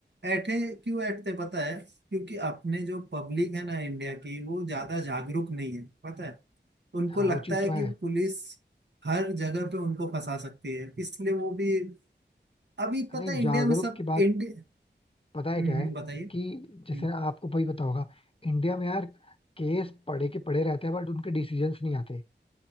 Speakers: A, on the right; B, on the left.
A: ऐठे क्यों ऐठते पता है क्योंकि अपने जो पब्लिक है ना इंडिया की वो ज्यादा जागरूक नहीं है पता है उनको
B: हाँ
A: लगता
B: वो चीज
A: है
B: तो
A: कि
B: है
A: पुलिस हर जगह पे उनको फंसा सकती है इसलिए वो भी अभी पता
B: नहीं
A: है इंडिया
B: जागरूक
A: में सब
B: की बात
A: इंडिया
B: पता है
A: हम्म
B: क्या
A: हम्म,
B: है
A: बताइए
B: कि
A: हम्म,
B: जैसे ना आपको भाई पता होगा इंडिया में यार केस पड़े के पड़े रहते हैं बट उनके डिसीजंस नहीं आते